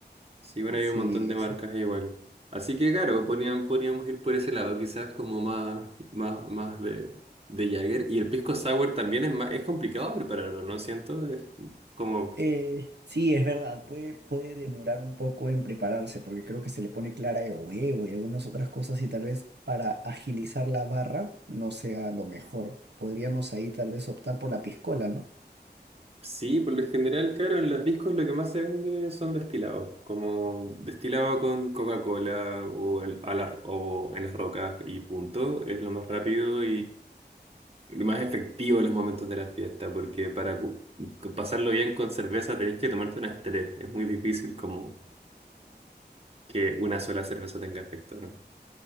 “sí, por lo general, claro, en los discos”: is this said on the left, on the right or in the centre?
Right